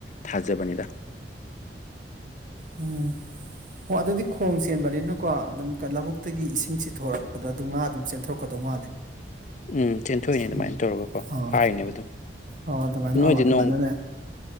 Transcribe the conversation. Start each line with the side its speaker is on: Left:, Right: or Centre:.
Left: ꯊꯥꯖꯕꯅꯤꯗ
Right: ꯑꯣ ꯑꯣ ꯑꯗꯨꯗꯤ ꯈꯣꯡ ꯆꯦꯟꯕꯅꯤꯅꯀꯣ ꯑꯗꯨꯝ ꯀꯩ ꯂꯧꯕꯨꯛꯇꯒꯤ ꯏꯁꯤꯡ ꯆꯤꯊꯣꯔꯛꯄꯗ ꯑꯗꯨꯝ ꯉꯥ ꯑꯗꯨꯝ ꯆꯦꯟꯊꯣꯔꯛꯀꯗꯧ ꯃꯥꯜꯂꯦ
Left: <inaudible> ꯎꯝ ꯆꯦꯟꯊꯣꯛꯏꯅꯦ ꯑꯗꯨꯃꯥꯏꯅ
Right: ꯎꯝ
Left: ꯇꯧꯔꯒꯀꯣ
Right: ꯑꯣ
Left: ꯐꯥꯏꯅꯦꯕ ꯑꯗꯨꯝ
Right: ꯑꯣ ꯑꯗꯨꯃꯥꯏꯅ
Left: ꯅꯣꯏꯗꯤ
Right: ꯑꯧ ꯑꯗꯨꯃꯥꯏꯅꯅꯦ
Left: ꯅꯣꯡ